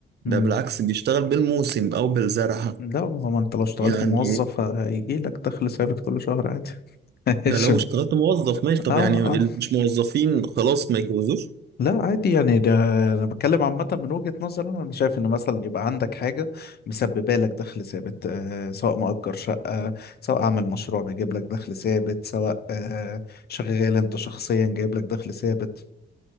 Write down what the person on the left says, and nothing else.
مم.
لا ما هو انت لو اشتغلت
موظف هيجي لك دخل ثابت كل شهر عادي <laughs> ماشي.
اه
آه.
لا عادي يعني ده انا بتكلم عامة من وجهة نظري انا أنا شايف ان مثلا يبقى عندك حاجة مسببة لك دخل ثابت آه سواء مؤجر شقة سواء عامل مشروع بيجيب لك دخل ثابت سواء آه شغال انت شخصيا جايب لك دخل ثابت